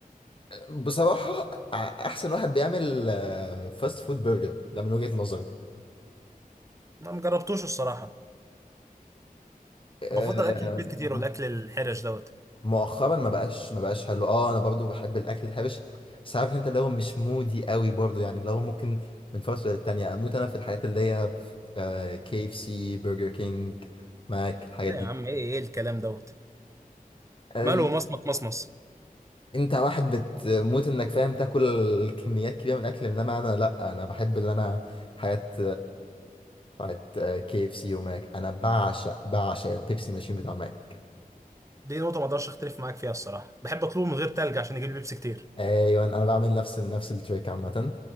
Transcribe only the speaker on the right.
انا ما جربتوش الصراحه بفضل
اكل البيت كتير
والاكل الحرش دوت
لا
يا عم ايه ايه الكلام دوت
ماله مصمت مصمص
دي نقطه ما اقدرش اختلف معاك فيها الصراحه بحب اطلبه من غير تلج عشان يجيب لي بيبسي كتير